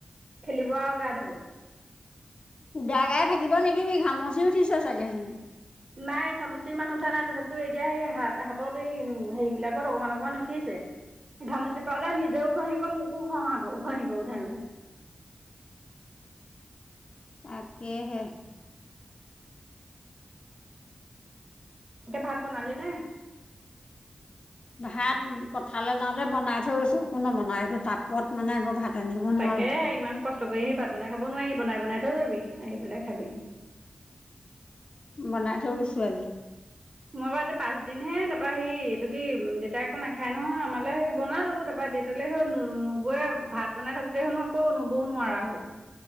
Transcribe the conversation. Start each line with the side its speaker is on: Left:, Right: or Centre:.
Right: খেলিব আৰু গা ধুব
Left: সুদা গাই থাকিব নিদিবি ঘামৰচি উঠিছে চাগেজনী।
Right: নাই ঘামৰচি ইমান উঠা নাই তথাপিতো এতিয়া সেই হাত হাতত এই হেৰি বিলাকত অকমান অকমান উঠিছে। ঘামৰচি পাউদাৰ নিজেও ঘঁহিব, মোকো ঘঁহাব উ ঘঁহিব উধাই উধাই।
Left: তাকেইহে
Right: এতিয়া ভাত বনালে নে
Left: ভাত পথালৈ যাওঁতে বনাই থৈ গৈছো একো নবনাই এইটো তাপত মানে আকৌ ভাত ৰান্ধিব নোৱাৰো
Right: তাকে ইমান কষ্ট কৰি আহি ভাত বনাই খাব নোৱাৰি বনাই বনাই থও যাবি আহি পেলাই খাবি
Left: বনাই থৈ গৈছো আজি
Right: মই বাৰু এতিয়া পাঁচ দিন হে তাপা সেই এইটো কি দেতাই একো নাখায় নহয় আমালে সেই বনালো তাৰপৰা তেতিয়াহলে নবয়ে ভাত বনাই থাকোতে হেনো আকৌ নবও নোৱাৰা হ'ল।